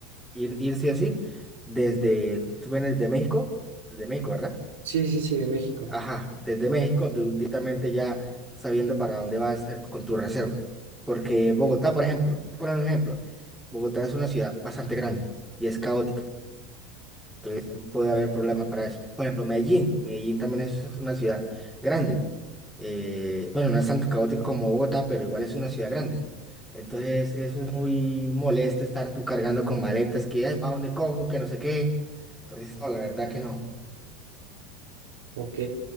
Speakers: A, in the centre; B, on the right.
A: ir, ir sí o sí, desde, tú vienes de México, de México, ¿verdad?
B: sí, sí, sí, de México.
A: Ajá, desde México, du- directamente ya sabiendo para dónde vas eh, con tu reserva. Porque Bogotá, por ejemplo, por un ejemplo, Bogotá es una ciudad bastante grande y es caótica. Entonces puede haber problemas para eso. Por ejemplo, Medellín. Medellín también es una ciudad grande. Eh, bueno, no es tan caótica como Bogotá, pero igual es una ciudad grande. Entonces eso es muy molesto estar tú cargando con maletas que, ay, ¿para dónde cojo? Que no sé qué. Entonces, no, la verdad que no.
B: Ok,